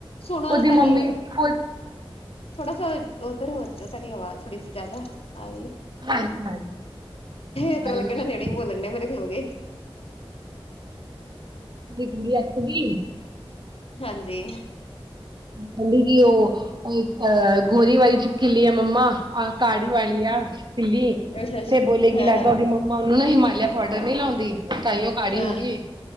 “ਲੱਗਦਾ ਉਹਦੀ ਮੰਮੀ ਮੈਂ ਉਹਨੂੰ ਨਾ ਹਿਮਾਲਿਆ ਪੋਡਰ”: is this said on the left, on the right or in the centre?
Right